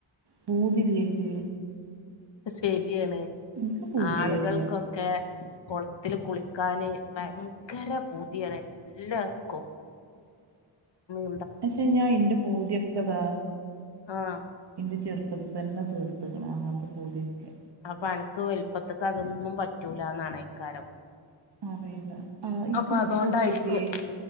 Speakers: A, on the right; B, on the left.
A: പൂതി ഇലെയിറ്റ്
B: സെരിയാണ്
A: ഇൻക്ക് പൂതിയേ
B: ആളുകൾക്കൊ
A: ഇല്ല
B: ക്കെ കുളത്തില് കുളിക്കാന് ഭയങ്കര പൂതിയാണ് എല്ലാർക്കും ഉം
A: പഷെ ഞാൻ ഇന്റെ പൂതിയക്കാതാ
B: ആഹ്
A: ഇന്റെ ചെറുപ്പത്തി തന്നെ തീർത്തക്കണ അങ്ങനത്തെ പൂതീയൊക്കെ
B: അപ്പൊ എനക്ക് വലുപ്പത്തിക്ക് അതൊന്നും പറ്റൂലന്നാണ് അയിക്കാരം
A: അറിയില്ല ആ ഇൻക്ക്
B: അപ്പൊ അതോണ്ടായിരിക്കും
A: ഇപ്പൊ പൂതിയായിട്ട്